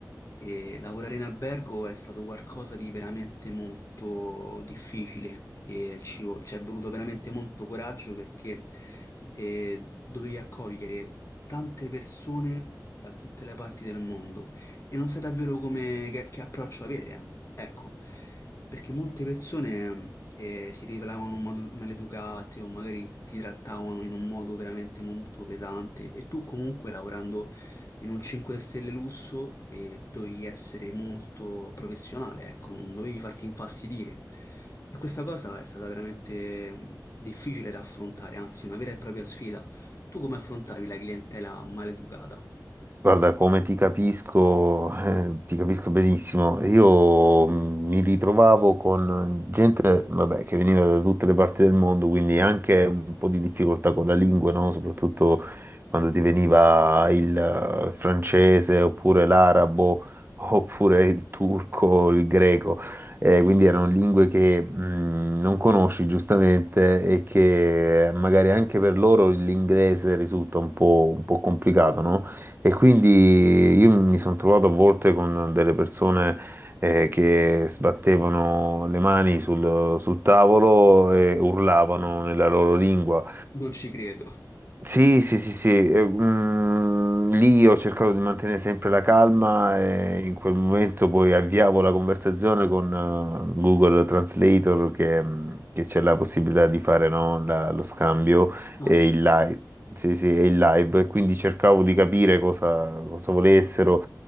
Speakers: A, on the left (about 40°); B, on the right (about 30°).
A: e lavorare in albergo è stato qualcosa di veramente molto difficile e ci, vo- ci è voluto veramente molto coraggio perché eh, dovevi accogliere tante persone da tutte le parti del mondo e non sai davvero come, che, che approccio avere, eh. Ecco, perché molte persone eh, si rivelavano mal- maleducate o magari ti trattavano in un modo veramente molto pesante e tu comunque lavorando in un 5 stelle lusso e dovevi essere molto professionale, ecco, non dovevi farti infastidire. E questa cosa è stata veramente mm, difficile da affrontare, anzi una vera e propria sfida. Tu come affrontavi la clientela maleducata?
B: Guarda, come ti capisco, eh, ti capisco benissimo. Io mh, mi ritrovavo con gente, vabbè, che veniva da tutte le parti del mondo, quindi anche un po' di difficoltà con la lingua, no? Soprattutto quando ti veniva il eh, francese, oppure l'arabo, oppure il turco, il greco. Eh, quindi erano lingue che mh, non conosci giustamente e che magari anche per loro l'inglese risulta un po', un po' complicato, no? E quindi io mi sono trovato a volte con delle persone eh, che sbattevano le mani sul, sul tavolo e urlavano nella loro lingua.
A: Non ci credo.
B: Sì, sì, sì, sì, eh, mm, lì ho cercato di mantenere sempre la calma e in quel momento poi avviavo la conversazione con eh, Google Translator che, mm, che c'è la possibilità di fare no, la- lo scambio
A: Ah,
B: e
A: sì, sì,
B: il live. Sì, sì, e il live, e quindi cercavo di capire cosa, cosa volessero.